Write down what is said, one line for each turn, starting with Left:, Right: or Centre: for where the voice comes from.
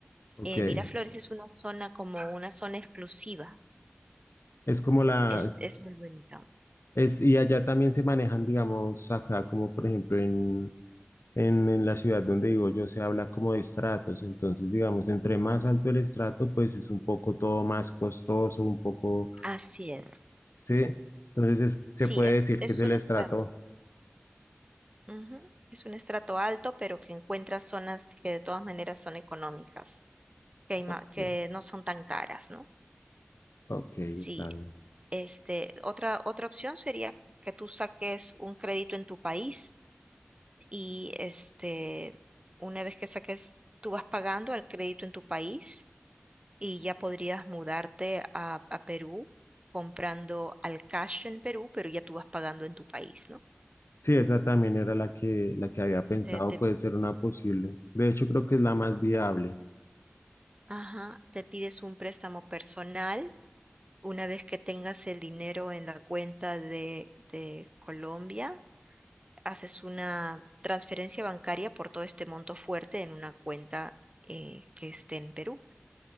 Left: ok.
Right: Eh, Miraflores es una zona como una zona exclusiva.
Left: Es como la,
Right: Es,
Left: es,
Right: es muy bonita.
Left: es- y allá también se manejan, digamos, acá, como por ejemplo en, en, en la ciudad donde digo yo, se habla como de estratos, entonces, digamos, entre más alto el estrato, pues es un poco todo más costoso, un poco,
Right: Así es.
Left: sí. Entonces es- se
Right: Sí,
Left: puede
Right: es,
Left: decir
Right: es
Left: que es el
Right: un
Left: estrato
Right: estrato. Ujú. Es un estrato alto, pero que encuentra zonas que de todas maneras son económicas, que, hay ma-
Left: Ok,
Right: que no son tan caras, ¿no?
Left: ok,
Right: Sí,
Left: está bien.
Right: este, otra, otra opción sería que tú saques un crédito en tu país y este, una vez que saques, tú vas pagando el crédito en tu país y ya podrías mudarte a, a Perú comprando al cash en Perú, pero ya tú vas pagando en tu país, ¿no?
Left: Sí, esa también era la que, la que había pensado,
Right: Te, te-
Left: puede ser una posible. De hecho, creo que es la más viable.
Right: ajá, te pides un préstamo personal Una vez que tengas el dinero en la cuenta de, de Colombia, haces una transferencia bancaria por todo este monto fuerte en una cuenta eh, que esté en Perú.